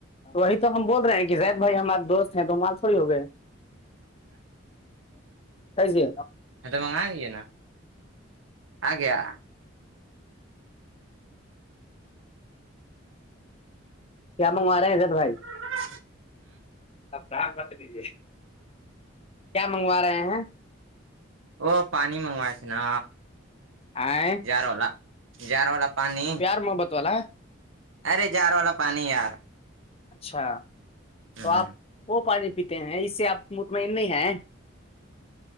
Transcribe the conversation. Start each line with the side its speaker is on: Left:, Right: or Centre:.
Left: وہی تو ہم بول رہ ہیں کہ زید بھائی ہمارے دوست ہیں دو مال تھوڑی ہو گئے ک سے
Right: ہاں تو منگا رہے نا آ گیا
Left: کیا منگا رہے ہیں جب بھائی
Right: <inaudible>
Left: ابام بت لیجے کیا منگوا رہے ہیں
Right: وہ پانی منگوائے تھ نا
Left: آئ
Right: جار والا جار والا پانی
Left: محبت والا
Right: ارے جار والا پانی یار
Left: اچھا
Right: ہ
Left: تو آپ وہ پانی پیتے ہیں اس سے آپ مطمئن نہیں ہیں